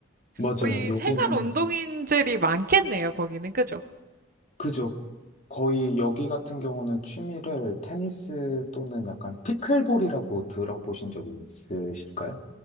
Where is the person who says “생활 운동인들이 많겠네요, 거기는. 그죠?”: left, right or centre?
Right